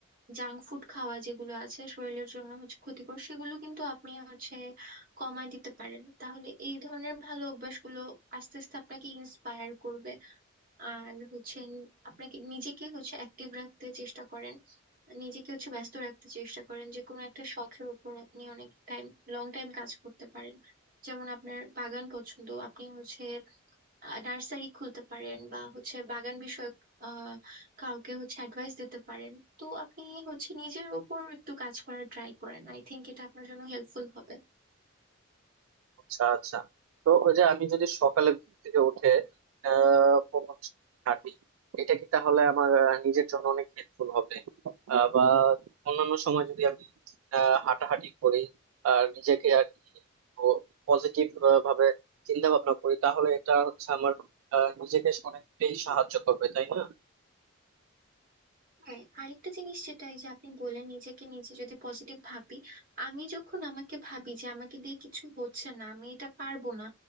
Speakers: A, on the right; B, on the right.
A: জাঙ্ক ফুড খাওয়া যেগুলো আছে শরীরের জন্য হচ্ছে ক্ষতিকর সেগুলো কিন্তু আপনি হচ্ছে কমায় দিতে পারেন তাহলে এই ধরনের ভালো অভ্যাসগুলো আস্তে আস্তে আপনাকে ইন্সপায়ার করবে আর হচ্ছে আপনাকে নিজেকে হচ্ছে অ্যাক্টিভ রাখতে চেষ্টা করেন নিজেকে হচ্ছে ব্যস্ত রাখতে চেষ্টা করেন যে কোনো একটা শখের উপর আপনি অনেক টাইম লং টাইম কাজ করতে পারেন যেমন আপনার বাগান পছন্দ আপনি হচ্ছে নার্সারি খুলতে পারেন বা হচ্ছে বাগান বিষয়ক আহ কাউকে হচ্ছে অ্যাডভাইস দিতে পারেন তো আপনি হচ্ছে নিজের উপর একটু কাজ করার ট্রাই করেন আই থিংক এটা আপনার জন্য হেল্পফুল হবে
B: আচ্ছা আচ্ছা তো ওই যে আমি যদি সকালে ঘুম থেকে উঠে আহ প্রথম হাঁটি এটা কি তাহলে আমার আহ, নিজের জন্য অনেক হেল্পফুল হবে আহ, বা অন্যান্য সময় যদি আমি আহ, হাঁটাহাঁটি করি আর নিজেকে আর কি পজিটিভ ভাবে চিন্তা ভাবনা করি তাহলে এটা হচ্ছে আমার আহ, নিজেকে অনেকটাই সাহায্য করবে তাই না
A: হ্যাঁ আরেকটা জিনিস যেটা এই যে আপনি বললেন নিজেকে নিজে যদি পজিটিভ ভাবি আমি যখন আমাকে ভাবি যে আমাকে দিয়ে কিছু হচ্ছে না আমি এটা পারবো না